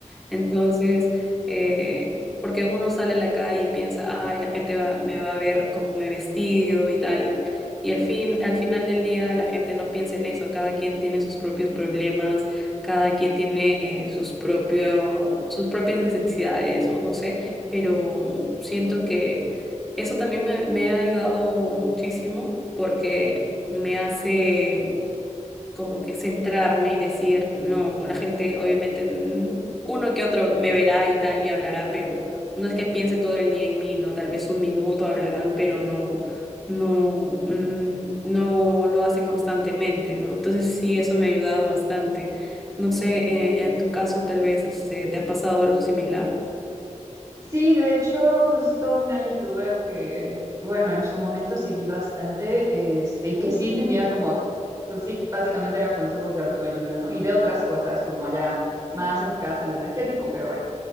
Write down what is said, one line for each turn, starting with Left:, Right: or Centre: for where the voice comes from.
Centre: Entonces, eh, porque uno sale a la calle y piensa, ay, la gente va- me va a ver cómo me he vestido y tal. Y al fin, al final del día la gente no piensa en eso, cada quien tiene sus propios problemas cada quien tiene eh, sus propio, sus propias necesidades o no sé, pero siento que eso también me, me ha ayudado muchísimo porque me hace como que centrarme y decir, no, o la gente obviamente mm, uno que otro me verá y tal y hablará, pero no es que piense todo el día en mí, ¿no? Tal vez un minuto hablarán, pero no, no, mm, no lo hace constantemente, ¿no? Entonces sí, eso me ha ayudado bastante. No sé, eh, en tu caso tal vez este, te ha pasado algo similar.
Right: Sí, de hecho, justo una youtuber que, bueno, en su momento seguí bastante, este, y que sí tenía como, pues sí, básicamente eran consejos de autoayuda, ¿no? Y de otras cosas, como ya más enfocadas a lo energético, pero bueno.